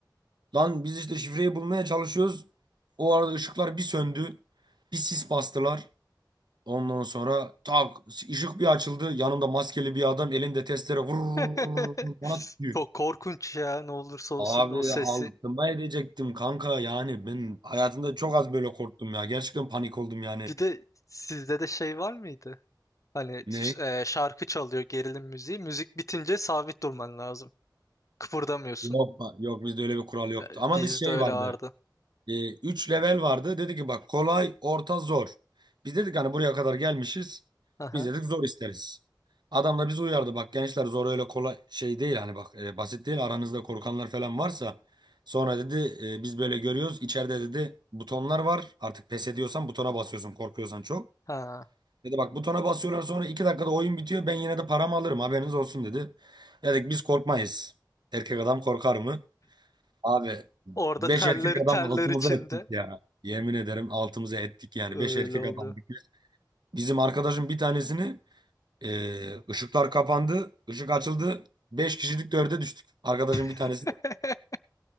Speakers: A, on the right; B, on the left.
A: Lan biz işte şifreyi bulmaya çalışıyoruz. O arada ışıklar bir söndü. Bir sis bastılar. Ondan sonra tak ışık bir açıldı. Yanımda maskeli bir adam elinde testere vurur
B: <laughs>
A: bana diyor.
B: Çok korkunç ya ne olursa olsun
A: Abi
B: o sesi.
A: altıma edecektim kanka yani ben hayatımda çok az böyle korktum ya. Gerçekten panik oldum yani.
B: Bir de sizde de şey var mıydı? Hani
A: Ne?
B: ş- e, şarkı çalıyor gerilim müziği. Müzik bitince sabit durman lazım. Kıpırdamıyorsun.
A: Yok, yok bizde öyle bir kural yoktu.
B: E,
A: Ama
B: Bizde
A: bir şey
B: öyle
A: vardı.
B: vardı.
A: Ee, 3 level vardı. Dedi ki bak kolay, orta, zor. Biz dedik hani buraya kadar gelmişiz.
B: Aha.
A: Biz dedik zor isteriz. Adam da bizi uyardı. Bak gençler zor öyle kolay şey değil hani bak e, basit değil. Aranızda korkanlar falan varsa sonra dedi e, biz böyle görüyoruz. İçeride dedi butonlar var. Artık pes ediyorsan butona basıyorsun korkuyorsan çok.
B: Ha.
A: Dedi bak butona basıyorlar sonra 2 dakikada oyun bitiyor. Ben yine de paramı alırım haberiniz olsun dedi. Dedik biz korkmayız. Erkek adam korkar mı? Abi
B: Orada
A: beş
B: terler
A: erkek
B: terler
A: adam altımıza
B: içinde.
A: ettik ya. Yemin ederim altımıza ettik yani.
B: Öyle
A: Beş erkek
B: oluyor.
A: adam. Bizim arkadaşın bir tanesini e, ışıklar kapandı. ışık açıldı. Beş kişilik dörde düştük. Arkadaşın bir
B: <laughs>
A: tanesi.